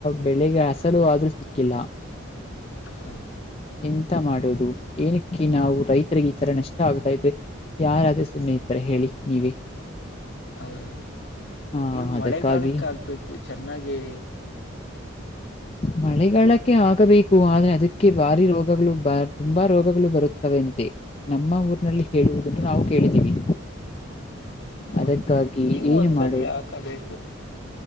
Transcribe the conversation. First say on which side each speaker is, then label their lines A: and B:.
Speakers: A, on the left; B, on the left.
A: ಬೆಲೆಗೆ ಅಸಲು ಆದ್ರೂ ಸಿಕ್ಕಿಲ್ಲ.
B: ಹ
A: ಎಂತ ಮಾಡೋದು ಏನಕ್ಕೆ ನಾವು ರೈತರಿಗೆ ಈ ತರ ನಷ್ಟ ಆಗ್ತಾ ಇದೆ. ಯಾರಾದ್ರೆ ಸುಮ್ಮ್ನೆ ಇದ್ರೆ ಹೇಳಿ ನೀವೇ.
B: ಹೌದೌದು
A: ಹಾ
B: ನೀವು
A: ಅದಕ್ಕಾಗಿ
B: ಮಳೆಗಾಲಕ್ಕೆ ಹಾಗ್ಬೇಕು ಚೆನ್ನಾಗೆ
A: ಮಳೆಗಾಲಕ್ಕೆ ಹಾಕಬೇಕು ಆದ್ರೆ ಅದಕ್ಕೆ ಬಾರಿ ರೋಗಗಳು ಬಾ ತುಂಬಾ ರೋಗಗಳು ಬರುತ್ತವೆ ಅಂತೆ ನಮ್ಮ ಊರಿನಲ್ಲಿ ಹೇಳುವುದನ್ನು
B: ಹ
A: ನಾವು ಕೇಳಿದ್ದೀವಿ.
B: ಹೌದು
A: ಅದಕ್ಕಾಗಿ
B: ನೀವು
A: ಏನು
B: ಒಂದ್ಸಲಿ
A: ಮಾಡುವುದು
B: ಹಾಕಬೇಕು